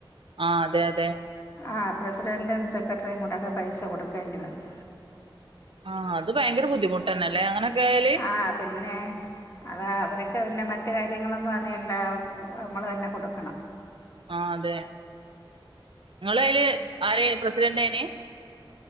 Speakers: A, on the right (about 75°); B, on the left (about 30°).
A: ആഹ് അതെ അതെ.
B: ആ പ്രസിഡൻറും സെക്രട്ടറിയും കൂടൊക്കെ പൈസ കൊടുക്കേണ്ടി വന്നു.
A: ആഹ് അത് ഭയങ്കര ബുദ്ധിമുട്ട് തന്നെല്ലേ അങ്ങനൊക്കെ ആയാല്.
B: ആ പിന്നെ? അത് അവർക്ക് പിന്നെ മറ്റ് കാര്യങ്ങളൊന്നും അറിയണ്ട നമ്മള് തന്നെ കൊട്ക്കണം.
A: ആ അതെ ഇങ്ങള് അയ്ല് ആരെ നി പ്രസിഡന്റേനി?